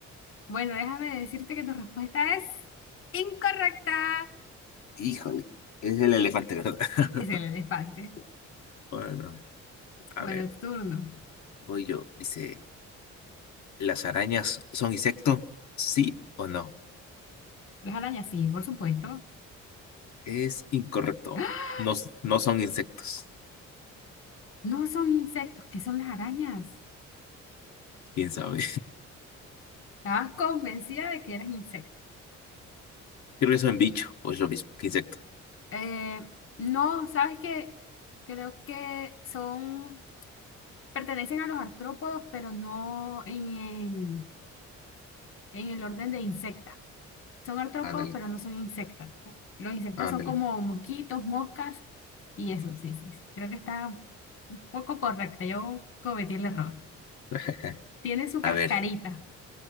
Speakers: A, on the left; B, on the left.
A: Bueno, déjame decirte que tu respuesta es incorrecta.
B: Híjole, es el elefante, ¿verdad? <laughs>
A: Es el elefante.
B: Bueno, a
A: Bueno,
B: ver,
A: tu turno.
B: voy yo. Dice, ¿las arañas son insecto? ¿Sí o no?
A: Las arañas, sí, por supuesto.
B: Es incorrecto.
A: ¡Ah!
B: No, s- no son insectos.
A: No son insectos, ¿qué son las arañas?
B: ¿Quién sabe?
A: Estabas convencida de que eran insectos.
B: <laughs> Creo que son bicho o es lo mismo que insecto.
A: Eh, no, sabes que creo que son, pertenecen a los artrópodos, pero no en, en, en el orden de insectas. son artrópodos,
B: Ándale,
A: pero no son insectos. Los insectos
B: ándale.
A: son como mosquitos, moscas y eso, sí, sí, sí. Creo que está un poco correcta. Yo cometí el error.
B: <laughs>
A: Tiene su cascarita.
B: A ver,